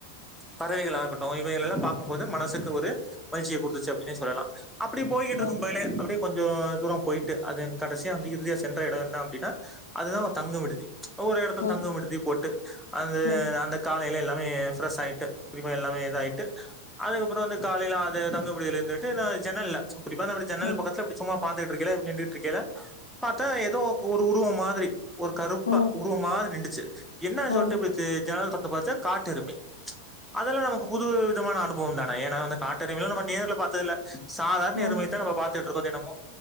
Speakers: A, in the centre; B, on the left.
A: பறவைகளாகட்டு இவைகலெல்லா பாக்கும்போது மனசுக்கு ஒரு மகிழ்ச்சிய குடுத்துச்சு அப்டின்னே சொல்லலா அப்டி போய்கிட்டுருக்கும்
B: ம்
A: பயலே அப்டி கொஞ்சோ தூரோ போயிட்டு அது கடைசியா வந்து இறுதியா சென்ற எடோ என்ன அப்டின்னா அதுதா ஒரு தங்கு விடுதி ஒரு எடத்துல
B: ம்
A: தங்கு விடுதி போட்டு அந்த
B: ம்
A: அந்த காலைல எல்லாமே ஃப்ரெஷ் ஆயிட்டு எல்லாமே இதாயிட்டு அதுக்கப்றோ வந்து காலைல அது தங்கு விடுதில இருந்துட்டு நா ஜன்னல்ல அப்டி பாத்தா அப்டி ஜன்னல்
B: ம் ம்
A: பக்கத்துல இப்டி சும்மா பாத்துட்ருக்கேல நின்ட்ருக்கேல பாத்தா ஏதோ ஒரு உருவோ மாதிரி ஒரு கருப்பா
B: ம்
A: உருவம் மாதிரி நின்டுச்சு என்னான்னு
B: ம்
A: சொல்ட்டு இப்டி ஜன்னல் தொறந்து பாத்தா காட்டெருமை அதெல்லா நமக்கு புது விதமான அனுபவோ தான ஏன்னா வந்து காட்டெருமைல்லா நம்ம நேர்ல பாத்தது இல்ல சாதார்ண
B: ம்
A: எருமைதா நம்ம பாத்துட்டுருக்கோ தெனமு